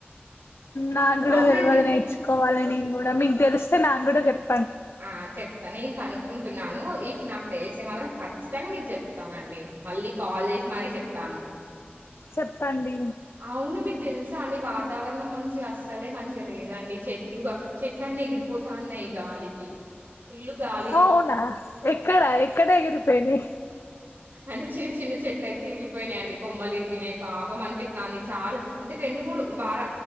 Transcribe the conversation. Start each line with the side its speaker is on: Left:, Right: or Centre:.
Left: నా కూడా
Right: అవునండి.
Left: తెలువదు నేర్చుకోవాలని కూడా మీకు తెలిస్తే నా కూడా చెప్
Right: ఆ చెప్తా న ఏం కను కుంటున్నాను ఇఫ్ నాకు తెలిసే మాత్రం ఖచ్చితంగా మీకు చెప్తానండి మళ్ళీ కాల్ చేసి మరీ చెప్తాను
Left: చెప్పండి
Right: అవును మీకు తెలుసా అండి వాతావరణం మంచి మంచి అస్సలే మంచిగా లేదండి చెట్లుగా చెట్ల అన్నీ ఎగిరిపోతా ఉన్నాయి గాలికి ఫుల్ గాలి
Left: అవునా ఎక్కడా ఎక్కడ ఎగిరిపోయినా
Right: అంటే చిన్న చిన్న చెట్లు అయితే ఇరిగిపోయినాయియండి కొమ్మలు ఇరిగినాయి పాపం అనిపించి అంది చాలా అంటే రెండు మూడు వార